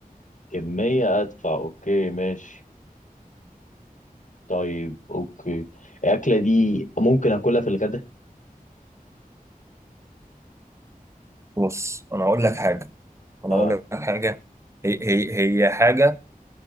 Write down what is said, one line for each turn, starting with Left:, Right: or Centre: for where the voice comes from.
Left: كمية أدفع أوكي ماشي طيب أوكي الأكلة دي ممكن أكلها في الغداء؟
Right: بص انا اقول لك حاجه انا
Left: آه
Right: اقول لك حاجه هي هي هي حاجه